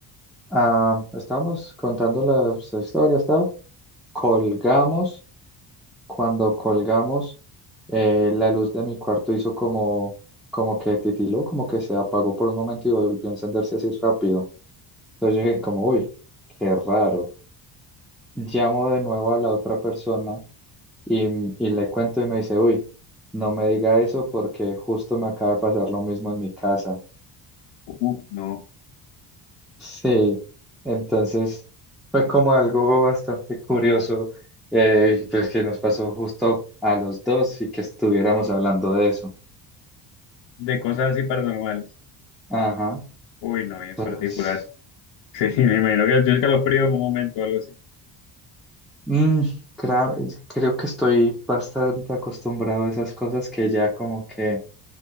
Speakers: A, in the centre; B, on the left.
A: Ah, estábamos contando las historias, ¿tá? Colgamos, cuando colgamos, eh, la luz de mi cuarto hizo como, como que titiló, como que se apagó por un momento y volvió a encenderse así rápido. Entonces yo dije como, uy, qué raro. Llamo de nuevo a la otra persona y, y le cuento y me dice, uy, no me diga eso porque justo me acaba de pasar lo mismo en mi casa.
B: Uf, no.
A: Sí, entonces fue como algo bastante curioso, eh, pues que nos pasó justo a los dos y que estuviéramos hablando de eso.
B: De cosas así paranormales.
A: Ajá,
B: Uy, no, y en
A: entonces...
B: particular. Sí, <laughs> me imagino que le tienes que a los fríos en un momento o algo así.
A: Mm, cra- creo que estoy bastante acostumbrado a esas cosas que ya como que